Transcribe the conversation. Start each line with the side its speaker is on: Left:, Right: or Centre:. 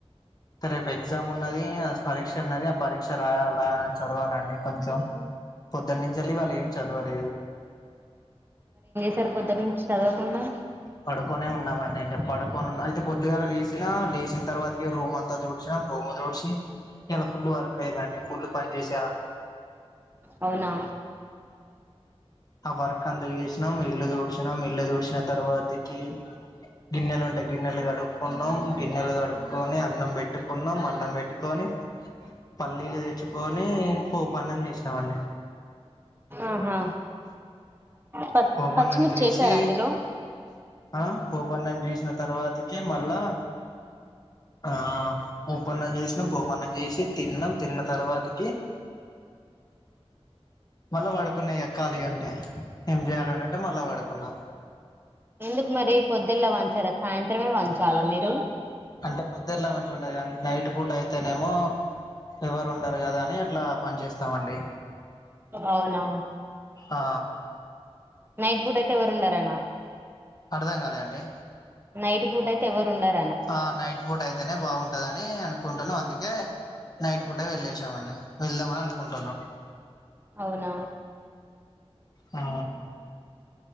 Left: స రేపు ఎగ్జామ్ ఉన్నది పరీక్ష ఉన్నది ఆ పరీక్ష రా అలా చదవాలండి కొంచెం పొద్దున్న నుంచి వెళ్ ఇవ్వాలి చదువర
Right: సరిపోద్దు నుంచి చదవకుండా
Left: పడుకొనే ఉన్నామండి. పడుకొనున్నా అయితే పొద్దుగాలా లేచినా లేచిన తర్వాతకి రోమ్ అంతా తుడ్చామ్ రోము తుడ్చి. ఇలా ఫుల్లు వర్క్ అయేందండి. ఫుల్లు పన్ జేశా.
Right: అవునా
Left: ఆ వర్క్ అంత ఏచినం. ఇల్లు తోడ్చినాం ఇల్లు తోడ్చిన తర్వాతికి గిన్నెలుంన్ డ గిన్నెలు కడుక్కున్నాం, గిన్నెలు కడుపుకొని, అన్నం బెట్టుకున్నాం, అన్నం బెట్టుకొని. పల్లీలు తెచ్చుకొని పోపన్నం జేష్ణమండి.
Right: ఆహా ప
Left: పోపన్నం
Right: పచ్చిమిర్చి
Left: జేషి
Right: వేసారా అందులో
Left: ఆ పోపన్నం జేషినా తర్వాతకి మళ్ళా ఆ పోపన్నం జేశనం. పోపన్నం జేషి తిన్నాం, తిన్న తర్వాతకి మళ్ళా వడుకున్నా ఇగా ఖాళీ అంటే, ఏం జేయాలని అంటే మళ్ళా వడుకున్నా.
Right: ఎందుకు మరి పొద్దులా వంచార సాయంత్రమే వంచాల మీరు.
Left: అంటే పొద్దేలా మంచిగా ఉంటది గానీ, నైట్ పూట అయితేనేమో ఎవరు ఉంటారు గదా అని అట్లా ఆ పని చేేస్తామండి.
Right: అవునా
Left: ఆ
Right: నైట్ బూట్ అయితే ఎవర్ ఉండరానా.
Left: అర్థం గాలే అండి.
Right: నైట్ పూట్ అయితే ఎవరు ఉండర్.
Left: ఆ నైట్ పూట అయితేనే బావుంటదన్ నే అనుకుంటున్నాం అందుకే నైట్ పూట వెళ్ళేశమండి, వెళ్దామని అనుకుంటున్నాం.
Right: అవునా
Left: ఆ